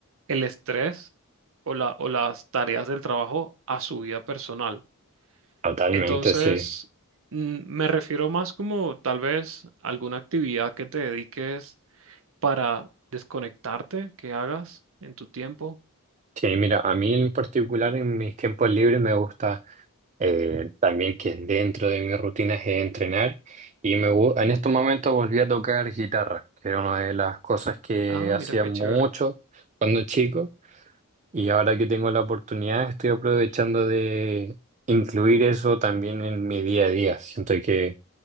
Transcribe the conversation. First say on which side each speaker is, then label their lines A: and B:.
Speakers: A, on the right; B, on the right.
A: el estrés o la, o las tareas del trabajo a su vida personal.
B: Totalmente,
A: Entonces,
B: sí.
A: mm, me refiero más como tal vez alguna actividad que te dediques para desconectarte, que hagas en tu tiempo.
B: Sí, mira, a mí en particular en mis tiempos libres me gusta eh, también que dentro de mis rutinas es entrenar y me gu- en estos momentos volví a tocar guitarra, que era una de las cosas que
A: Ah,
B: hacía
A: mira qué
B: mucho
A: chévere.
B: cuando chico y ahora que tengo la oportunidad estoy aprovechando de incluir eso también en mi día a día. Siento que